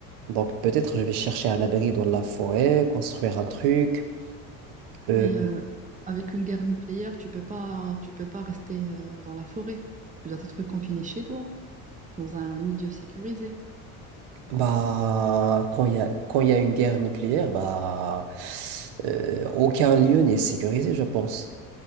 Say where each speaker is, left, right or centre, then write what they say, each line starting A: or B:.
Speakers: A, on the right; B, on the right.
A: Donc peut-être je vais chercher un abri dans la forêt, construire un truc. euh,
B: Mais euh, avec une guerre nucléaire, tu peux pas, tu peux pas rester euh, dans la forêt. Tu dois être confiné chez toi, dans un milieu sécurisé.
A: Bah, quand il y a, quand il y a une guerre nucléaire, bah, euh, aucun lieu n'est sécurisé, je pense.